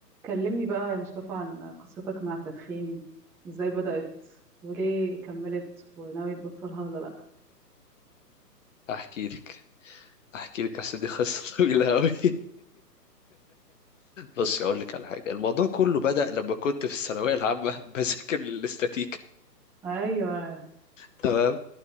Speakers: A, in the centre; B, on the left (about 50°).
A: كلمني بقى يا مصطفى عن قصتك مع التدخين ازاي بدأت وليه كملت وناوي تبطلها ولا لأ
B: احكي لك احكي لك اصل دي قصه <laughs> طويله قوي بص اقول لك على حاجه الموضوع كله بدأ لما كنت في الثانويه العامه <laughs> بذاكر الاستاتيكا
A: ايوه
B: تمام